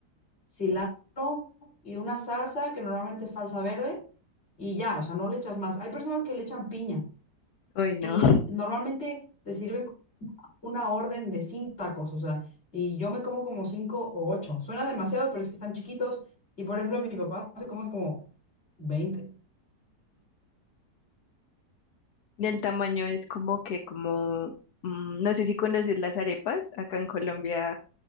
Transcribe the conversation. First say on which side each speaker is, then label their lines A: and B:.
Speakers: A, on the left; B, on the left.
A: cilantro y una salsa, que normalmente es salsa verde, y ya, o sea, no le echas más. Hay personas que le echan piña
B: uy no.
A: y normalmente te sirven una orden de cinco tacos, o sea, y yo me como como cinco o ocho. Suena demasiado, pero es que están chiquitos y, por ejemplo, mi papá se come como veinte
B: El tamaño es como que, como, mm, no sé si conoces las arepas. Acá en Colombia